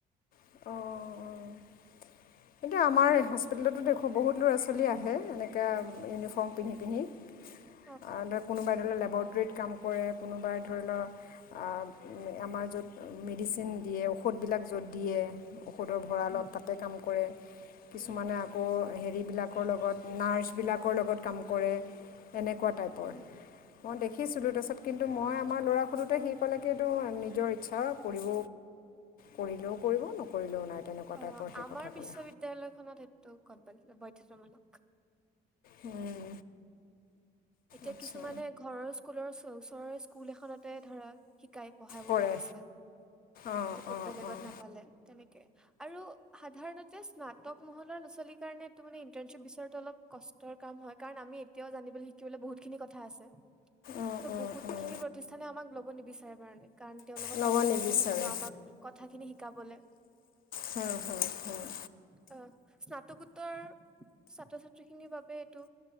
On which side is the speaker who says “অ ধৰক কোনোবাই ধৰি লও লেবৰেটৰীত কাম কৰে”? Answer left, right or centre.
Left